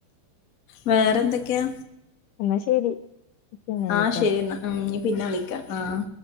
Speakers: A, on the left; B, on the left.
A: വേറെ എന്തൊക്കെയാ
B: എന്ന ശരി പിന്നെ വിളിക്കാം
A: ആഹ് ശരി എന്നാ നി പിന്നെ വിളിക്കാം ആഹ്